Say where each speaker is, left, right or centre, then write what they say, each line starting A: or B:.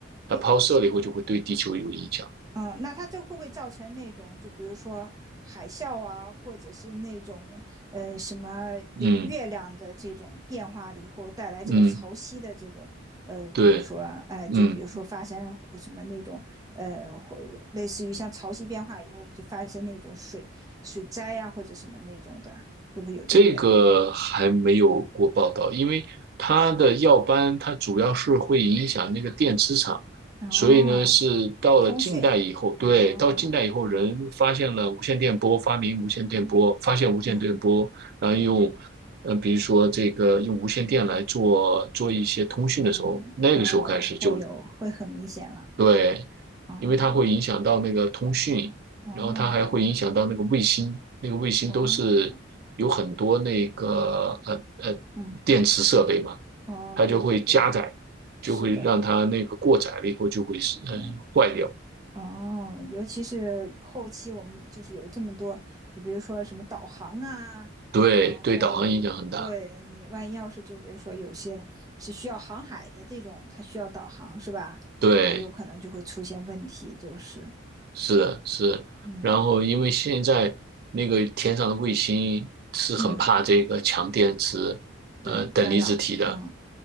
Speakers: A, on the right; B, on the right.
A: 它抛射了以后就会对地球有影响。
B: 诶，嗯，那它这会不会造成那种，就比如说海啸啊，或者是那种呃什么
A: 嗯
B: 呃月亮的这种变化了以后带来这个潮汐的这种呃，
A: 嗯，对，
B: 比如说呃，
A: 嗯。
B: 就比如说发生什么那种呃，或类似于像潮汐变化以后就发生那种水水灾呀、或者什么那种的，会不会有这个原因？
A: 这个还没有过报道，因为它的耀斑它主要是会影响那个电磁场，
B: 哦，
A: 所以呢是到了近代以后，
B: 通讯，
A: 对，
B: 哦，
A: 到近代以后人发现了无线电波，发明无线电波，
B: 嗯
A: 发现无线电波，
B: 嗯
A: 然后用，嗯、比如说这个用无线电来做做一些通讯的时候，
B: 嗯，
A: 那个时候开始就
B: 哦，会有会很明显了，
A: 对
B: 哦。
A: 因为它会影响到那个通讯，
B: 哦
A: 然后它还会影响到那个卫星，那个卫星都是有很多那个呃呃电池设备嘛，
B: 哦，嗯，哦，
A: 它就会加载，
B: 对对对，
A: 就会让它那个过载了以后就会是呃坏掉，
B: 是的，对，哦，尤其是后期我们就是有这么多，就比如说什么导航啊，
A: 对对，
B: 然后对你万一要是就比如说有些是需要航海的这种，
A: 导航影响很大，
B: 它需要导航是吧？
A: 对，
B: 它有可能就会出现问题，就是，
A: 是的是然后因为现在那个天上的卫星是很怕这个强电池，
B: 嗯嗯，
A: 呃等离子体的。
B: 对，干扰，嗯